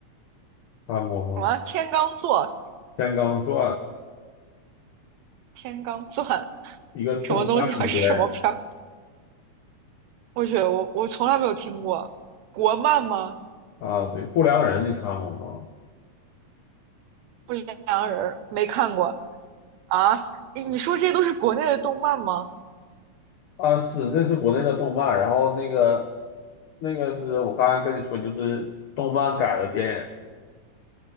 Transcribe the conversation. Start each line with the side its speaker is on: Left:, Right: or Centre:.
Left: 看过吗？
Right: 什么天罡座、
Left: 《天罡传》
Right: 天罡钻
Left: 一个动漫的电影
Right: 什么东西啊？是什么片儿？我去，我我从来没有听过。国漫吗？
Left: 啊，对，《不良人》你看过吗？
Right: 不良人没看过啊？你你说这都是国内的动漫吗？
Left: 啊，是，这是国内的动漫，然后那个那个是我刚才跟你说，就是动漫改的电影